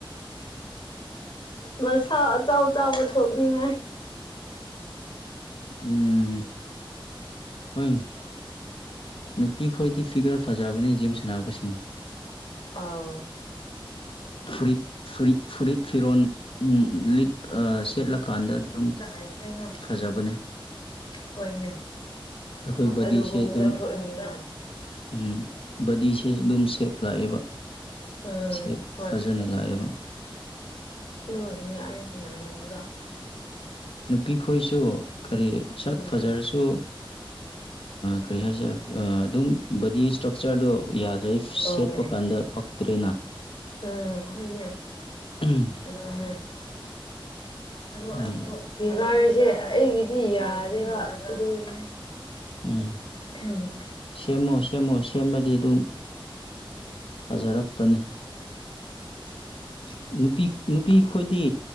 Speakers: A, on the left (about 60°); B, on the left (about 75°).
A: ꯃꯁꯥ ꯑꯆꯥꯎ ꯆꯥꯎꯕ ꯊꯣꯛꯅꯤꯡꯉꯥꯏ
B: ꯎꯝ <unintelligible> ꯅꯨꯄꯤꯈꯣꯏꯗꯤ ꯐꯤꯒꯔ ꯐꯖꯕꯅꯤ ꯖꯤꯝ ꯁꯥꯟꯅꯕꯁꯤꯡ
A: ꯑꯣ
B: ꯐꯨꯔꯤꯠ ꯐꯨꯔꯤꯠ ꯐꯨꯔꯤꯠ ꯐꯤꯔꯣꯟꯜ ꯂꯤꯠ ꯁꯦꯠꯂꯀꯥꯟꯗ ꯑꯗꯨꯝ
A: <unintelligible>
B: ꯐꯖꯕꯅꯦ
A: ꯍꯣꯏꯅꯦ
B: ꯑꯩꯈꯣꯏ ꯕꯗꯤꯁꯦ
A: ꯑꯗꯨꯒꯨꯝꯕꯗ
B: ꯑꯗꯨꯝ
A: ꯊꯣꯛꯏꯅꯤꯅꯦ
B: ꯎꯝ ꯕꯗꯤꯁꯦ ꯑꯗꯨꯝ ꯁꯦꯞ ꯂꯥꯛꯑꯦꯕ
A: ꯎꯝ
B: ꯁꯦꯞ
A: ꯍꯣꯏ
B: ꯐꯖꯅ ꯂꯥꯛꯑꯦꯕ
A: ꯑꯗꯨꯏꯅꯦ ꯑꯩ ꯁꯅꯥꯅꯤꯡꯕꯗꯣ
B: ꯅꯨꯄꯤ ꯈꯣꯏꯁꯨ ꯀꯔꯤ ꯁꯛ
A: ꯎꯝ
B: ꯐꯖꯔꯁꯨ ꯀꯔꯤ ꯍꯥꯏꯁꯤꯔꯥ ꯑꯗꯨꯝ ꯕꯣꯗꯤ ꯏꯁ꯭ꯇ꯭ꯔꯛꯆꯔꯗꯣ ꯌꯥꯗ꯭ꯔꯩ
A: ꯑꯣ
B: ꯁꯦꯠꯄ ꯀꯥꯟꯗ ꯄꯛꯇꯥꯔꯦ
A: ꯎꯝ ꯍꯣꯏꯅꯦ
B: ꯎꯝ
A: ꯑꯗꯨꯅꯦ ꯑꯗꯣ
B: ꯎꯝ
A: ꯑꯩꯁꯨ ꯐꯤꯚꯔꯁꯦ ꯑꯩꯒꯤꯗꯤ ꯌꯥꯗꯦꯕ ꯑꯗꯨꯒꯤꯅꯦ
B: ꯎꯝ
A: ꯎꯝ
B: ꯁꯦꯝꯃꯣ ꯁꯦꯝꯃꯣ ꯁꯦꯝꯔꯥꯗꯤ ꯑꯗꯨꯝ ꯐꯖꯔꯛꯄꯅꯤ
A: <unintelligible>
B: ꯅꯨꯄꯤ ꯅꯨꯄꯤ ꯈꯣꯏꯗꯤ